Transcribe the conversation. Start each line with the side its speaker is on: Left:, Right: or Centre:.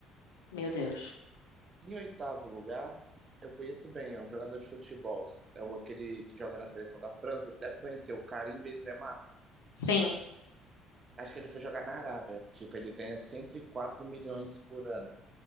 Left: Meu Deus.
Right: Em oitavo lugar, eu conheço bem, é um jogador de futebol. É o aquele que joga na seleção da França. Você deve conhecer, o Karim Benzema.
Left: Sim,
Right: Acho que ele foi jogar na Arábia. Tipo, ele ganha 104 milhões por ano.